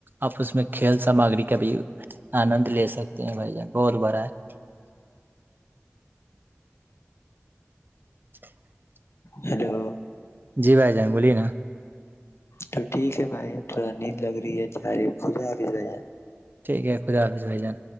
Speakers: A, on the right; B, on the left.
A: آپ اس میں کھیل سامگری کا بھی آند لے سکتے ہیں بھائی جان بہت بڑا ہے <inaudible>
B: ہیلو
A: جی بھائی جان بولیے نا
B: تو ٹھیک ہے بھائی تھوڑا ن <unintelligible> لگ رہی ہے چاری خد حف ہے
A: ٹھیک ہے خودہ بجائی جان